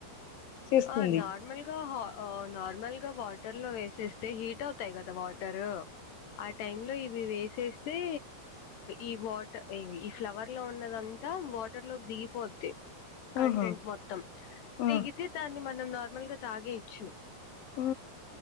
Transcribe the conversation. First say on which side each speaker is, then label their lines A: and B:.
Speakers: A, on the left; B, on the left.
A: చేసుకుంది
B: ఆ నార్మల్గా హా ఆ నార్మల్ గా వాటర్ లో వేసేస్తే హీట్ అవుతాయి కదా వాటరు ఆ టైం లో ఇవి వేసే తే ఈ వాట ఇవి ఫ్లవర్లో ఉన్నదంత వాటర్లోక్ దిగిపోద్ది. కంటెంట్
A: ఆహా
B: మొత్తం
A: ఆ
B: దిగి. తి మనం నార్మల్గా తాగెయ్. చు
A: ఆ